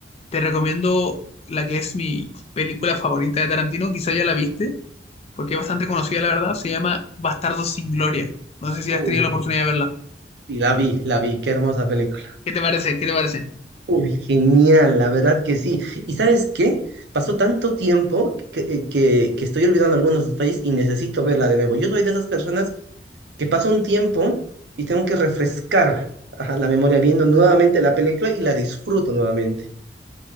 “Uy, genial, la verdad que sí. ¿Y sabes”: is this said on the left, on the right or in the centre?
Right